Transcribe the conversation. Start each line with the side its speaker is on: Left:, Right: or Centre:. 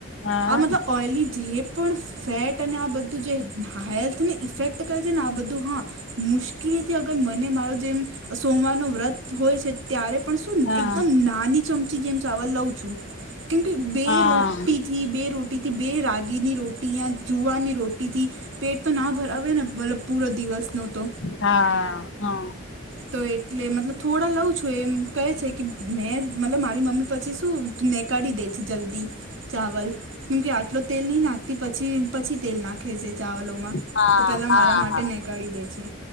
Left: હા
Right: આ મતલબ ઓયલી જે પણ ફેટ અને આ બધું જે હેલ્થને ઇફેક્ટ કરે છે ને આ બધું હા મુશ્કેલીથી અગર મને મારો જેમ સોમવાર ન વ્રત હોય છે ત્યારે પણ શું
Left: હા
Right: એકદમ નાની ચમચી જેમ ચાવલ લઉં છું. કેંમકે બે
Left: હા
Right: રોટી થી બે રોટીથી બે રાગીની રોટી યાં જુવારની રોટીથી પેટ તો ના ભરાવે ને મતલબ પૂરો દિવસ નો તો.
Left: હા હા.
Right: તો એટલે મતલબ થોડા લઉં છું એમ કહે છે કે મેં મતલબ મારી મમ્મી પછી શું ને કાઢી દેતી જલ્દી ચાવલ કેમ કે આટલો તેલ નહીં નાખતી પ છીમ પછી તેલ નાખ ખે છે ચાવલોમાં
Left: હા
Right: તો પેલા
Left: હા
Right: મારા માટે
Left: હા
Right: નહી કઢી દે છે